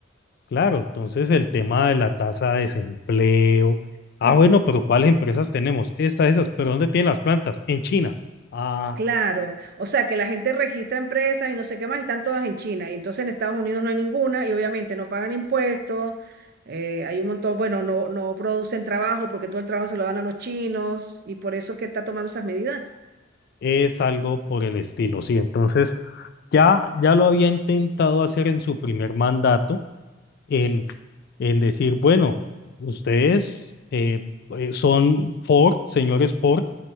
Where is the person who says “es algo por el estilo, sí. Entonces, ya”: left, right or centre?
Left